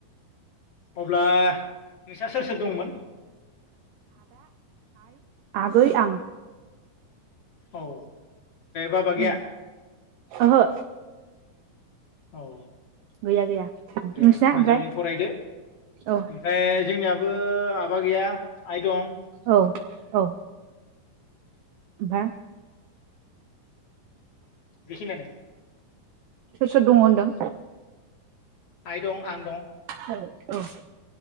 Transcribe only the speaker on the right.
गै आं
ओं ओहो
गैया गैया नोंसिना
ओमफ्राय
औ
औ औ हा
सोर सोर दङ होनदों?
<inaudible> ओ